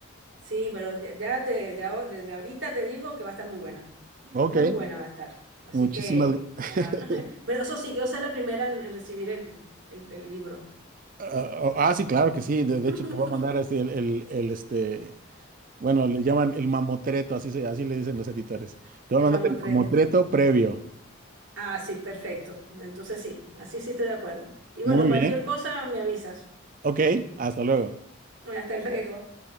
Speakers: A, on the right; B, on the right.
A: Sí, pero ya, ya te- ya o- desde ahorita te digo que va a estar muy buena.
B: Ok,
A: Muy buena va a estar. Así
B: muchísimas
A: que,
B: gracias.
A: nada. <laughs>
B: <laughs>
A: Pero eso sí, yo soy la primera en, en recibir el, el- el libro,
B: Ah, oh, ah, sí, claro que sí. De, de
A: <laughs>
B: hecho, te voy a mandar así el, el- el, este, Bueno, le llaman el mamotreto, así se, así le dicen los editores. Te voy
A: el
B: a
A: mamotreto.
B: mandar el mamotreto previo.
A: Ah, sí, perfecto. Entonces sí, así sí estoy de acuerdo. Y
B: Muy
A: bueno, cualquier
B: bien.
A: cosa me avisas.
B: Ok, hasta luego.
A: Hasta luego.